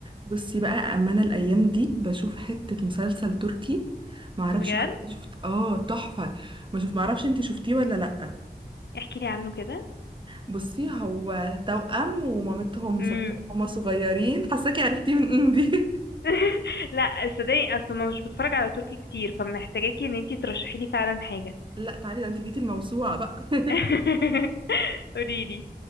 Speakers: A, on the right; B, on the left.
A: بصي بقى اما انا الايام دي بشوف حتة مسلسل تركي معرفش
B: بجد
A: بقى إنت شفت اه تحفة ما شوف معرفش انت شفتيه ولا لأ
B: احكي لي عنه كده
A: بصي هو توأم ومامتهم
B: امم
A: سابتهم هما صغيرين حاساكي عرفتيه من إيه دي
B: <laughs> لا صدقني اصلا ما مش بتفرج على تركي كتير فمحتاجاكي ان انتي ترشحي لي فعلا حاجه
A: <laughs> لا تعالي ده انت جيتي الموسوعة بقى <laughs>
B: <laughs> قولي لي